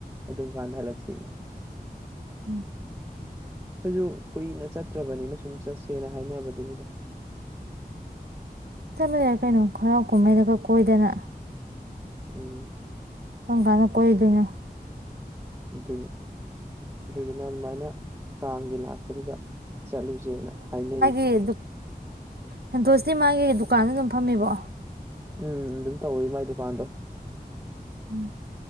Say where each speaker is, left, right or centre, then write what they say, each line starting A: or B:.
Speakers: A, on the right; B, on the right.
A: ꯑꯗꯨꯝ ꯀꯥꯟꯊ ꯍꯜꯂꯛꯁꯤ
B: ꯎꯝ <inaudible>
A: ꯑꯩꯈꯣꯏꯁꯨ ꯀꯨꯏꯅ ꯆꯠꯇ꯭ꯔꯕꯅꯤꯅ ꯁꯨꯝ ꯆꯠꯁꯦꯅ ꯍꯥꯏꯅꯕꯗꯨꯅꯤꯗ
B: ꯆꯠꯂꯨꯨꯔꯦ ꯀꯩꯅꯣ ꯍꯔꯥꯎ ꯀꯨꯝꯍꯩꯗꯒ ꯀꯣꯏꯗꯅ
A: ꯎꯝ
B: ꯀꯔꯝ ꯀꯥꯟꯅ ꯀꯣꯏꯗꯣꯏꯅꯣ
A: ꯑꯗꯨꯅꯤ ꯑꯗꯨꯗꯨꯅ ꯑꯗꯨꯃꯥꯏꯅ ꯀꯥꯡꯒꯤ ꯂꯥꯛꯄꯗꯨꯗ ꯆꯠꯂꯨꯁꯦꯅ ꯍꯥꯏꯅꯩꯌꯦ
B: ꯗꯨ <unintelligible> ꯁꯟꯗꯣꯁꯇ ꯃꯥꯒꯤ ꯗꯨꯀꯥꯟꯗ ꯑꯗꯨꯝ ꯐꯝꯃꯤꯕꯣ
A: ꯎꯝ ꯑꯗꯨꯝ ꯇꯧꯔꯔꯤ ꯃꯥꯏ ꯗꯨꯀꯥꯟꯗꯣ
B: ꯎꯝ